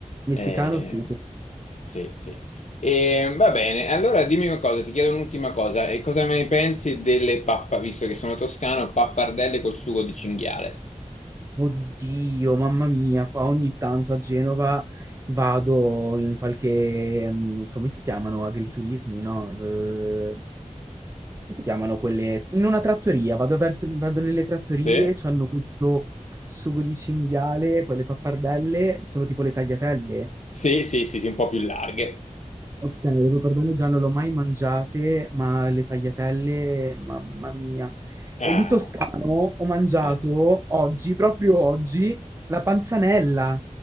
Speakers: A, on the right (about 20°); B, on the left (about 60°).
A: messicano
B: Eh,
A: sì,
B: sì, sì. E, va bene, allora dimmi una cosa, ti chiedo un'ultima cosa. E cosa ne pensi delle pappa, visto che sono toscano, pappardelle col sugo di cinghiale?
A: Oddio, mamma mia, qua ogni tanto a Genova vado in qualche, mm, come si chiamano, agriturismi, no? Eh, come si chiamano quelle? In una trattoria, vado verso, vado nelle trattorie,
B: Sì,
A: c'hanno questo sugo di cinghiale, poi le pappardelle, sono tipo le tagliatelle.
B: sì, sì, sì, sì, un po' più larghe.
A: Ok, le pappardelle già non le ho mai mangiate, ma le tagliatelle, mamma mia.
B: Ah,
A: E di toscano ho mangiato
B: eh.
A: oggi, proprio oggi, la panzanella.